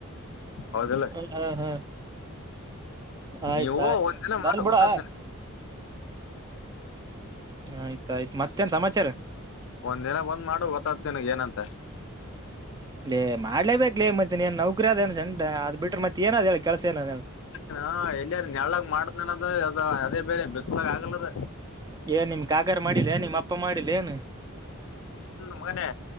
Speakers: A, on the left (about 65°); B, on the right (about 20°).
A: ಹೌದಿಲ್ಲ.
B: ಹ ಹ ಆಯ್ತ
A: ನೀವು
B: ಆಯ್ತ
A: ಒಂದ್ ದಿನ
B: ಬರ್ಲ್
A: ಮಾಡ
B: ಬಿಡ
A: ಗೊತ್ತಾದ್
B: ಎ.
A: ನಿನಗ್
B: ಆಯ್ತ ಆಯ್ತ ಮತ್ತೇನ್ ಸಮಾಚಾರ.
A: ಒಂದ್ ದಿನ ಒಂದ್ ಮಾಡ ಗೊತ್ತಾತ ನಿನಗ ಏನಂತ.
B: ಲೇ ಮಾಡ್ಲೇಬೇಕ್ಲೇ ಮತ್ತೆ ನೀ ನೌಕರಿ ಅದೇಏನ್ ಸೆಂಟ್ ಅದ್ ಬಿಟ್ರೆ ಮತ್ತೆನದ ಹೇಳ ಕೆಲಸ ಏನದ ಹೇಳ.
A: ಹ ಎಲ್ಲಿಯಾರ ನಳ್ಳಾಗ ಮಾಡ್ತೇನೆನ್ನೋದ ಅದ ಅದೇ ಬೇರೆ ಬಿಸ್ಲಾಗ ಆಗಲ್ಲ ಅದ.
B: ಏ ನಿಮ್ಮ ಕಾಕರ ಮಾಡಿಲ್ಲ ನಿಮ್ಮಪ್ಪ. ಊಟ ಮಾಡಿಲ್ಲೇನ್
A: ಮಗನೆೇ